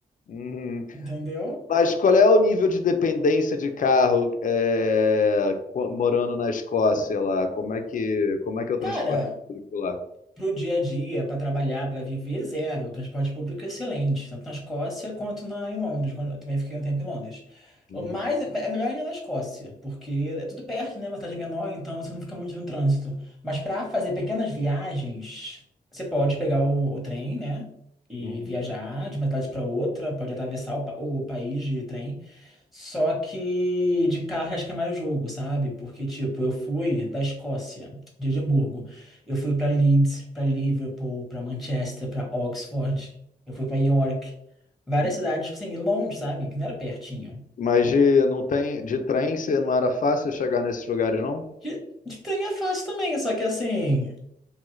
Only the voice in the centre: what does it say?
entendeu?
Cara,
para o dia a dia, para trabalhar, para viver, zero. O transporte público é excelente, tanto na Escócia quanto na, em Londres, quando eu também fiquei um tempo em Londres.
O mais é é melhor ainda na Escócia, porque é tudo perto, né? Uma cidade menor, então você não fica muito no trânsito. Mas para fazer pequenas viagens, você pode pegar o, o trem, né? E
viajar de uma cidade para outra, pode atravessar o, pa- o país de trem. Só que de carro acho que é mais jogo, sabe? Porque, tipo, eu fui da Escócia, de Edimburgo. Eu fui pra Leeds, pra Liverpool, pra Manchester, pra Oxford. Eu fui pra York. Várias
cidades, tipo assim, longe, sabe? Que não era pertinho.
De, de trem é fácil também, só que assim.